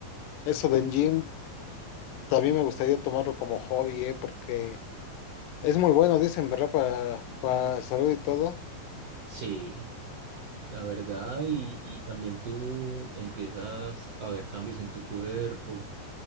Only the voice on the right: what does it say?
Sí, la verdad, y, y también tú empiezas a ver cambios en tu cuerpo.